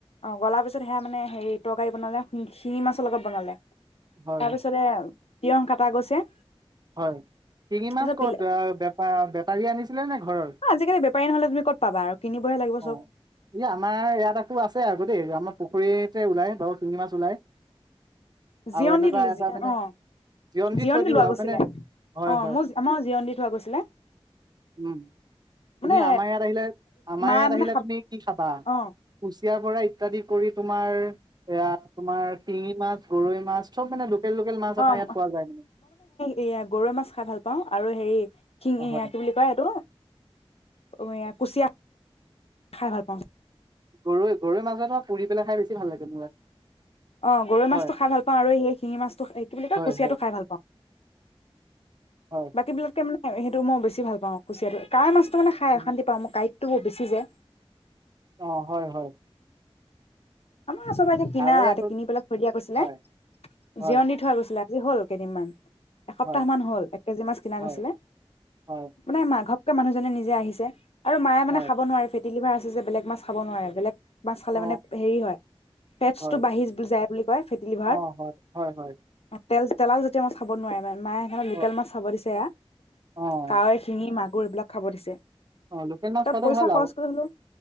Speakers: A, on the left; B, on the right.
A: অঁ'ল পিছত সেয়াানে <unintelligible> হেৰি তৰকাৰী বনালে শিঙি মাছৰ লগত বনালে।
B: হয়
A: তাৰপিছতে তিয়হ কাটা গৈছে।
B: হয় তিৰি মাছ
A: তাৰপিছত
B: ক'ত
A: বিলে
B: আ বেপাৰ বে- পাৰি আনিছিলে নে? ঘৰৰ,
A: আজিকালি বেপাৰী নহ'লে তুমি ক'ত পাবা আৰু কিনিবহে লাগিব
B: অ
A: চব
B: এই আমাৰ ইয়াত আকো আছে আক দেই আমাৰ পুখুৰীতে ওলাই বাৰু শিঙি মাছ ওলাই।
A: জিৰণ
B: আৰু এনেকুৱা
A: দি
B: এটা মানে
A: অঁ
B: জিয়ণ দি
A: জিৰণ
B: থৈ দিওঁ
A: লোৱা
B: আও,
A: গৈছিলে
B: মানে হয়
A: অঁ
B: হয়।
A: মোৰ আমাৰ জিৰণ দি থোৱা গৈছিলে
B: উম
A: মানে
B: তুমি আমাৰ ইয়াত আহিলে আমাৰ
A: মা
B: ইয়াত
A: মানে
B: আহিলে তুমি কি খাবা?
A: অঁ
B: কুচিয়া বৰা ইত্যাদি কৰি তোমাৰ এ <unintelligible> তোমাৰ শিঙি মাছ, গৰৈ মাছ, চব মানে লোকেল লোকেল মাছ আমাৰ
A: অঁ
B: ইয়াত পোৱা যায় মানে।
A: এইয়া গৰৈ মাছ খাই ভাল পাওঁ। আৰু হেৰি শিঙীয়া
B: অ হয়
A: কি বুলি কয় এইটো? য়াত- কুচিয়া খাই ভাল পাওঁ।
B: গৰৈ গৰৈ মাছ ধৰা পুৰি পেলাই খাই বেছি ভাল লাগে মোৰ-
A: অ গৰৈ মাছটো
B: হয়
A: খাই ভাল পাওঁ আৰু সেই শিঙি মাছটো কি বুলি কয়
B: হয়
A: কুচিয়াটো
B: হয়
A: খাই ভাল পাওঁ।
B: হয়
A: বাকী বিলাককে মানে সেইটো মই বেছি ভাল পাওঁ কুচিয়টো। কাই মা ত মানে খাই
B: উম
A: অশান্তি পাওঁ মই কাই বেছি যায়
B: অ হয় হয়
A: আমাৰ ওচৰব এতিয়া কিনা
B: কাৱৈ
A: এতিয়া
B: আকৌ
A: কিনি পেলাই খৈ দিয়া গৈছিলে
B: হয় হয়,
A: জিৰণ দি থোৱা গৈছিলে ি হল কেইদিনমান এসপ্তাহ
B: হয়,
A: মান হল এক কেজি মাছ কিনা
B: হয়,
A: গৈছিলে
B: হয়,
A: মানে মাঘৰ মানুহজনে নিজে আহিছে আৰু মায়ে
B: হয়,
A: মানে খাব নোৱাৰে ফি ডেলিভাৰ আছে যে বেলেগ মাছ খাব নোৱাৰে বেলেগ বাছ খালে
B: অ',
A: মানে হেৰি হয় ফেটটো
B: হয়,
A: বাঢ়ি যায় বুলি কয় ফেট লিভাৰত
B: অ', হয়, হয়, হয়,
A: তেল তেলক য যেতি <unintelligible> মাখাব নোৱাৰিম মানে মাে এখনত লোকেল
B: অ',
A: মাছ চাব দিছে
B: অ',
A: কাৱৈ শিঙি মাছ <unintelligible> গৰুবিলাক খাব দিছে তাত
B: অ', লোকেল মাছ খোৱাটো
A: পইচা
B: ভাল
A: খৰচ
B: আৰু
A: কৰি হলে